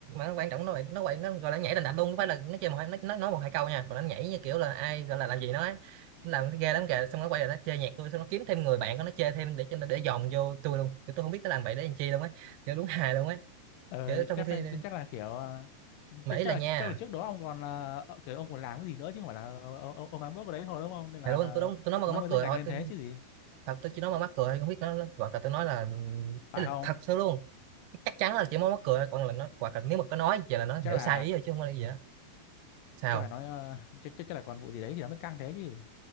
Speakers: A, on the right (about 85°); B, on the left (about 75°).
A: nó quan trọng nó lại- nó quậy nó gọi là nhảy đành đạch luôn không phải là nó chê một hai nó nó nói một hai câu nha còn nó nhảy như kiểu là ai gọi là làm gì nó ấy nó làm cái ghê lắm kìa xong nó quay lại nó chê nhạc tôi xong nó kiếm thêm người bạn của nó chê thêm để cho nó để dòm vô tôi luôn Kiểu tôi không biết nó làm vậy để làm chi luôn ấy kiểu đúng hài luôn ấy
B: ờ,
A: kiểu trong
B: chắc
A: khi
B: chắc là kiểu ờ,
A: mà
B: chắc
A: ý
B: chắc
A: là
B: là
A: nha
B: chắc là trước đó ông còn là ờ, kiểu ông còn làm cái gì nữa chứ không phải là ông ông, ông làm bước vào đấy thôi đúng không nên là
A: thầy luôn tôi đóng tôi nói mà
B: nó
A: mắc
B: mới
A: cười
B: dựng đặt
A: thôi
B: lên
A: tôi
B: thế chứ gì
A: thật tôi chỉ nói mà mắc cười thôi không biết nó, nó hoặc là tôi nói là
B: phải
A: ý là
B: không
A: thật sự luôn chắc chắn là chỉ nói mắc cười thôi còn là nó hoặc là nếu mà có nói vậy là nó
B: chắc
A: hiểu
B: là
A: sai ý rồi chứ không có là gì á sao
B: chắc là nói ờ, chắc chắc chắc là còn vụ gì đấy thì nó mới căng thế chứ